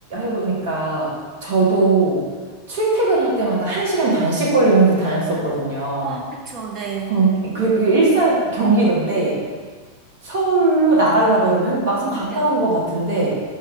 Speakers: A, on the right (about 50°); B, on the right (about 35°).
A: 보니까 저도 출퇴근할 때마다 1시간 반씩 걸리면서 다녔었거든요.
B: 아, 그쵸. 네.
A: 음, 그, 그 일산 경기도인데 서울로 나가려 그러면 막상 가까운
B: 네.
A: 것 같은데